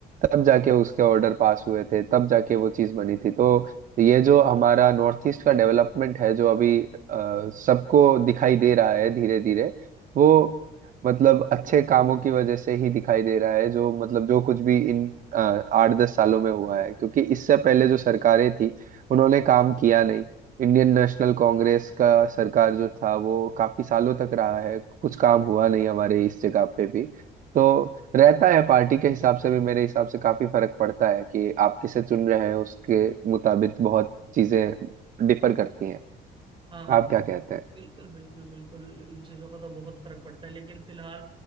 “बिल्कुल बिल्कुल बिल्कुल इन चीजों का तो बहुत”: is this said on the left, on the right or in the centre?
Right